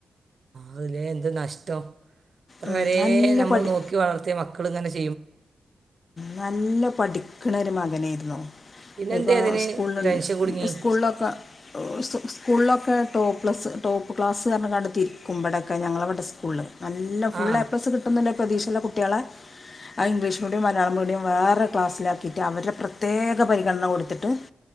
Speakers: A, on the right; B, on the left.
A: അതിലെ എന്ത് നഷ്ടം അത്ര
B: ഉം,
A: വരെ
B: നല്ല
A: നമ്മൾ
B: പഠി
A: നോക്കി വളർത്തിയ മക്കളിങ്ങനെ ചെ
B: നല്ല പഠിക്കണ ഒരു മാ അങ്ങനെയിരുന്നു
A: പിന്നെന്തേ
B: ഇപ്പോൾ
A: അതിന്
B: സ്കൂളിലുണ്ട്
A: ടെൻഷൻ കുടുങ്ങി
B: സ്കൂളിലൊക്കെ ഓ സ്കൂളിലൊക്കെ ടോപ്പ് പ്ലസ് ടോപ്പ് ക്ലാസ് പറഞ്ഞെങാണ്ട് തിരിക്കും ഇവിടൊക്കെ ഞങ്ങളിവിടെ സ്കൂളിൽ നല്ല ഫുള്
A: ആ
B: എപ്ലസ് കിട്ടുന്നുണ്ടെ പ്രതീക്ഷയുള്ള കുട്ടികളെ ആ ഇംഗ്ളീഷ് മീഡിയം മല യാളം മീഡിയം വേറെ ക്ലാസ്സിലാക്കിയിട്ട് അവരുടെ പ്രത്യേക പരിഗണന കൊടുത്തിട്ട്